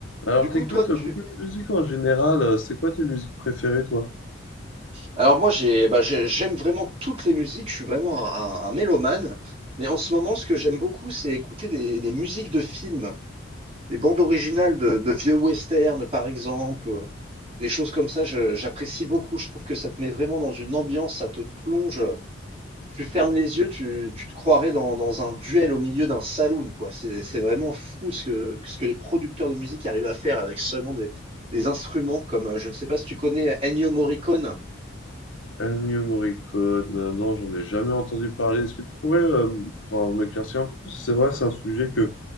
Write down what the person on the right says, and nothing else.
Du coup,
toi, tu...
Alors moi, j'ai, bah, j'ai- j'aime vraiment toutes les musiques, je suis vraiment un, un- un mélomane, mais en ce moment, ce que j'aime beaucoup, c'est écouter des, des musiques de films, des bandes originales de, de vieux westerns, par exemple, euh, des choses comme ça, je- j'apprécie beaucoup, je trouve que ça te met vraiment dans une ambiance, ça te plonge, tu fermes les yeux, tu, tu te croirais dans, dans un duel au milieu d'un saloon, quoi. C'est, c'est vraiment fou ce que, ce que les producteurs de musique arrivent à faire avec seulement des, des instruments, comme, euh, je ne sais pas si tu connais Ennio Morricone.